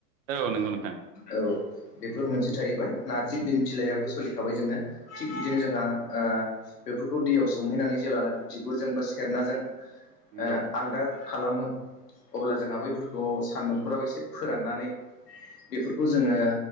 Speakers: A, on the right; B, on the left.
A: औ नंगौ नोंथां
B: औ बेफोर मोनसे थाहैबाय नारजि बेनि बिलाइयाबो सोलिखाबाय जोंनो। थिग बिदिनो जोंहा ओ बेफोरखौ दैयाव सोमहैनानै जेलानाखि बिगुरजों बा सेरनाजों
A: नंगौ
B: ओ आलदा खालामो अब्ला जोंहा बैफोरखौ सान्दुंफोराव एसे फोराननानै बेफोरखौ जोङो